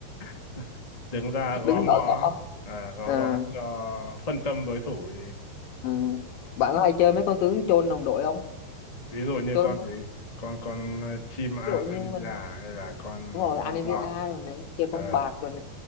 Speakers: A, on the left; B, on the left.
A: <laughs> đứng ra gõ
B: đứng gọi
A: mõ
B: gõ
A: à, gõ
B: Ờ,
A: gõ cho phân tâm đối thủ thì
B: ừ. bạn có hay chơi mấy con tướng chôn đồng đội không
A: ví dụ như
B: chôn
A: con
B: vương,
A: gì con con ờ, chim a-
B: ví dụ
A: Anivia
B: như mình
A: hay là con
B: đúng
A: ờ,
B: rồi
A: con
B: Anivia
A: bò
B: rồi nè chơi
A: Ờ,
B: con bạc rồi nè